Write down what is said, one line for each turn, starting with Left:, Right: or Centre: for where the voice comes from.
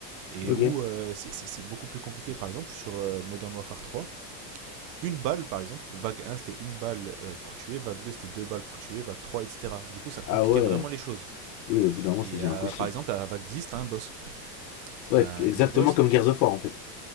Right: et
Left: Ok.
Right: où euh, c'est- beaucoup plus compliqué. Par exemple, sur euh, Modern Warfare 3, une balle, par exemple, vague un c'était une balle euh, pour tuer, vague 2 c'était deux balles pour tuer, vague 3, etc. Du coup, ça compliquait
Left: Ah ouais.
Right: vraiment les choses.
Left: Oui, au bout d'un moment,
Right: Et
Left: ça devient
Right: euh,
Left: impossible,
Right: par exemple,
Left: quoi.
Right: à la vague 10 t'as un boss,
Left: Ouais,
Right: t'as
Left: exactement
Right: un big boss.
Left: comme Gears of War en fait.